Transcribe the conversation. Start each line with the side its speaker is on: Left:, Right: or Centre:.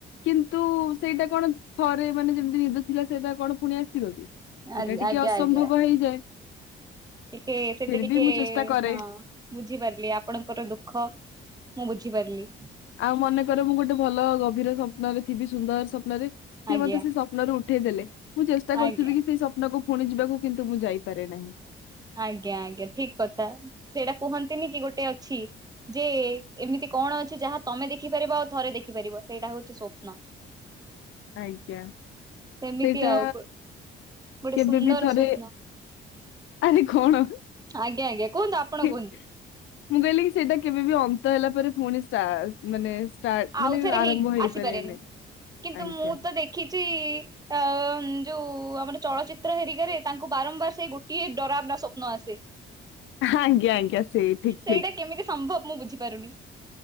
Left: କିନ୍ତୁ ସେଇଟା କଣ ଥରେ ମାନେ ଯେମ୍ ତି ନିଦ ଥିଲା ସେଇଟା କଣ ପୁଣି ଆସିବ କି ସେଇଟା
Right: ଆଜ୍ଞା
Left: ଟିକେ ଅସମ୍ଭବ
Right: ଆଜ୍ଞା
Left: ହେଇଯାଏ
Right: ଟିକେ ସେଇଟା
Left: ଫିର
Right: ଟିକେ
Left: ବି ମୁଁ ଚେଷ୍ଟା କରେ
Right: ହଁ ବୁଝିପାରିଲି ଆପଣଙ୍କର ଦୁଃଖ ମୁଁ ବୁଝିପାରିଲି।
Left: ଆଉ ମନେକର ମୁଁ ଗୋଟେ ଭଲ ଗଭୀର ସ୍ୱପ୍ନରେ ଥିବି ସୁନ୍ଦର ସ୍ୱପ୍ନରେ ସିଏ
Right: ଆଜ୍ଞା
Left: ମତେ ସେ ସ୍ୱପ୍ନରେ ଉଠ ଉଠେଇ ଦେଲେ ମୁଁ ଚେଷ୍ଟା କରୁଥିବି
Right: ଆଜ୍ଞା
Left: କି ସେଇ ସ୍ୱପ୍ନକୁ ପୁଣି ଯିବାକୁ କିନ୍ତୁ ମୁଁ ଯାଇପାରେ ନାହିଁ।
Right: ଆଜ୍ଞା ଆଜ୍ଞା ଠିକ କଥା ସେଇଟା କୁହନ୍ତିନି କି ଗୋଟେ ଅଛି ଯେ ଏମିତି କଣ ଅଛି ଯାହା ତମେ ଦେଖିପାରିବ ଆଉ ଥରେ ଦେଖିପାରିବ ସେଇଟା ହଉଛି ସ୍ୱପ୍ନ।
Left: ଆଜ୍ଞା।
Right: ସେମିତି
Left: ସେଇଟା
Right: ଆଉ ଗୋଟେ
Left: କେବେବି
Right: ସୁନ୍ଦର
Left: ଥରେ
Right: ସ୍ୱପ୍ନ
Left: ଆରେ କଣ
Right: ଆଜ୍ଞା ଆଜ୍ଞା କୁହନ୍ତୁ ଆପଣ
Left: ମୁଁ
Right: କୁହନ୍ତୁ
Left: କହିଲି କି ସେଇଟା କେବେବି ଅ ତୀତ ହେଲା ପରେ ପୁଣି ଷ୍ଟାଟ ମାନେ ଷ୍ଟାର୍ଟ
Right: ଆଉଥରେ
Left: ମାନେ ଆରମ୍ଭ
Right: ହେଇ
Left: ହେଇପାରେନି।
Right: ଆସିପାରେନି କିନ୍ତୁ
Left: ଆଜ୍ଞା।
Right: ମୁଁ ତ ଦେଖିଛି ଅ ଉଁ ଯୋଉ ଆମର ଚଳଚିତ୍ର ହେରିକାରେ ତାଙ୍କୁ ବାରମ୍ବାର ସେଇ ଗୋଟିଏ ଡରାବନା ସ୍ୱପ୍ନ ଆସେ।
Left: ଆଜ୍ଞା ଆଜ୍ଞା ସେଇ ଠିକ ଠିକ
Right: ସେଇଟା କେମିତି ସମ୍ଭବ ମୁଁ ବୁଝିପାରୁନି।